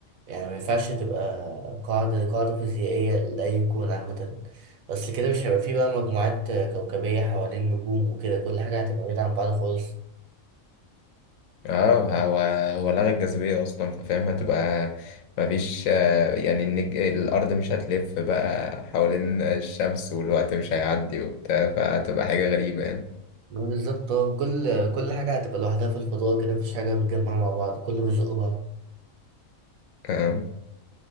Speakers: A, on the right (about 85°); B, on the left (about 80°).
A: يعني ما ينفعش تبقى قاعدة قاعدة فيزيائية لأي كون عامة أصل كده مش هيبقى فيه بقى مجموعات كوكبية حوالين نجوم وكده كل حاجة هتبقى بعيدة عن بعض خالص
B: اه هو هو لغى الجاذبية أصلا ففاهم هتبقى مفيش آه، يعني النج... الأرض مش هتلف بقى حوالين الشمس والوقت مش هيعدي وبتاع فهتبقى حاجة غريبة يعني
A: بالظبط اه كل كل حاجة هتبقى لوحدها في الفضاء كده مفيش حاجة متجمعة مع بعض كله بيزق بعض
B: آه.